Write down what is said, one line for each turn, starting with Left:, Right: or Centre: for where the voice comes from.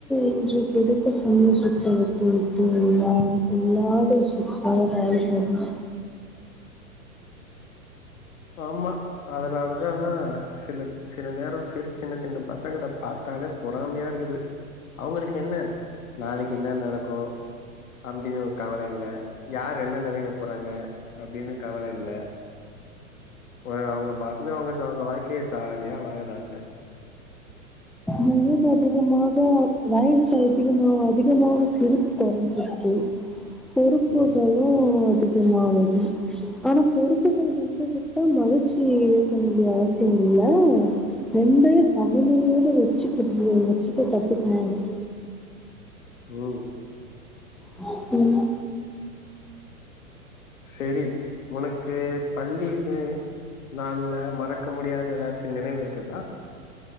Centre: இன்று கிடைக்கு சந்தோஷத்த விட்டு விட்டு எல்லாம் இல்லாத விஷ் ஷத்துக்காக கவல படுறீ
Left: ஆமா அதனால தா சில சில நேரோ சிறு சின்ன சின்ன பசங்கள பாத்தாலே பொறாமையா இருக்குது அவுங்களுக்கு என்ன நாளைக்கு என்ன நடக்கு அப்டின்னு ஒரு கவல இல்ல யார் என்ன நெனைக்க போறாங்க அப்டின்னு கவல இல்ல அ அவுங்க பாட்டுனு அவுங்க ஜ அவுங்க வாழ்க்கைய ஜாலியா வாழுறாங்க
Centre: வயது அதிகமாக வயசு அதிகமாக அதிகமாக சிரிப் கொறஞ்சிர்து பொறுப்புகளு
Left: ம்
Centre: அதிகமாவுது ஆனா பொறுப்புகள் வந்து விட்டா மகிழ்ச்சி இழக்க வேண்டிய அவசியோ இல்ல ரெண்டையு சமமமோடு வெச்சிக்கறது வெச்சுக்க கத்துக்க நானு
Left: ம்
Centre: ம்
Left: செரி உனக்கு பள்ளிலே நாள்ல மறக்க முடியாத எதாச்சு நினைவு இருக்குதா